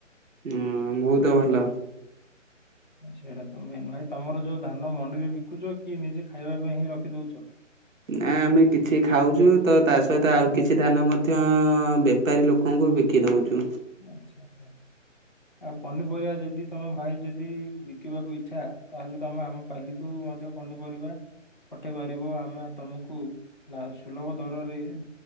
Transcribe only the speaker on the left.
ଆଚ୍ଛା ସେଇଟା ତ ମେନ୍ ଭାଇ ତମର ଯୋଉ ଧାନ ମଣ୍ଡିରେ ବିକୁଚ କି ନିଜେ ଖାଇବା ପାଇଁ ହିଁ ରଖି ଦଉଚ?
ଆଚ୍ଛା ଆଚ୍ଛା।। ଆଉ ପନିପରିବା ଯଦି ତମେ ଭାଇ ଯଦି ବିକିବାକୁ ଇଚ୍ଛା ତାହେଲେ ତମେ ଆମ ପାଲି କୁ ମଧ୍ୟ ପନିପରିବା ପଠେଇ ପାରିବ ଆମେ ତମକୁ ଲା ସୁଲଭ ଦରରେ